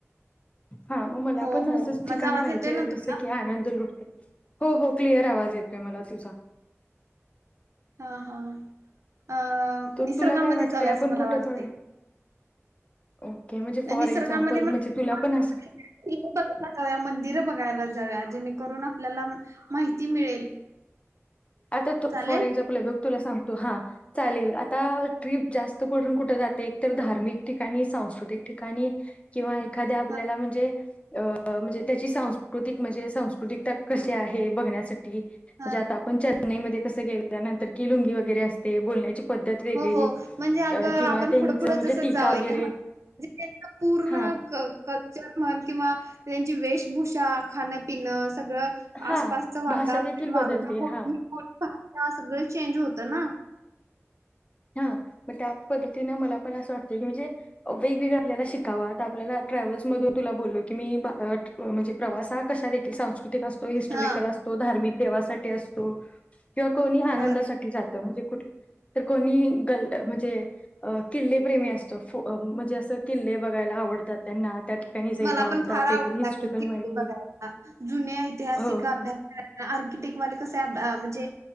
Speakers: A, on the left (about 25°); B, on the right (about 70°).
A: हा मग मला
B: हो
A: पण
B: हो
A: असंच ठिकाण
B: माझा आवाज
A: पाहिजे
B: येतोय ना
A: जसं
B: तुला
A: की आनंद लुटता ये हो हो क्लिअर आवाज येतोय मला तुझा.
B: हां हां. अ
A: तर
B: निसर्गामध्ये
A: तुला काय वाटतंय
B: जाऊया
A: आपण
B: असं मला
A: कुठे
B: वाटतंय.
A: काढूया ओके म्हणजे फॉर
B: निसर्गामध्ये
A: एक्झाम्पल म्हणजे
B: <unintelligible>
A: तुला पण असं
B: बघायला जाऊया, मंदिरं बघायला जाऊया जेणे करून आपल्याला माहिती मिळेल.
A: आता तू
B: चालेल
A: फॉर एक्झाम्पल य बघ. तु सांगतो हा चालेल आता ट्रिप जास्त करून कुठं जाते एक तर धार्मिक ठिकाणी स्थ सांस्कृतिक ठिकाणी किंवा एखाद्या आपल्याला
B: ह
A: म्हंजे अ म्हंजे अ अ त्याची सांस्कृतिक म्हंजे सांस्कृतिककता कशी आहे बघण्यासाठी म्हंजे
B: ह
A: आता आपण चर्च नई म ते कसं गे नंतर की लुंगी वगैरे असते बोलण्याची पद्धत वेगळी
B: हो हो म्हणजे अग
A: अ
B: आपण
A: किंवा त्यांचं
B: पुढं पुढं
A: म्हणजे
B: जसं
A: टीका
B: जाऊल
A: वगैरे
B: म्हंजे त्यां पूर्ण
A: हा
B: कल्चर म्हण किंवा त्यांची वेशभूषा खाणं पिण सगळ
A: हा
B: आसपासचं
A: भाषा
B: वातावरण
A: देखील बदलते
B: वागणं बोलणं
A: हा
B: भाषा सगळं चेंज होतं ना
A: हां म त्या पद्धतीनें मला पण असं वाटतंय की म्हंजे वेगवेगळ आपल्याला शिकावं आता, आपल्याला ट्रॅव्हल्स मधून तुला बोललोय की मी भा अ म्हंजे प्रवास हा कशाने त्यो सांस्कृतिक असतोय, हिस्टॉरिकल
B: हा
A: असतों धार्मिक देवासाठी ते असतो. किंवा कोणी आनंदासाठी
B: बर
A: जातं. म्हणजे कुठ कोणी ग म्हणजे किल् प्रेमी असतो, म्हणजे किल्ले बघायला आवडतात त्यांना त्या ठिकाणी जायला
B: मला
A: आवडतात
B: पण फार आवडत
A: तेथील हिस्ट्रिकल माहिती
B: बघाय जुन्या ऐतिहासिक
A: हो
B: अभ्यास कराय आर्किटेक्ट वाले कस म्हणजे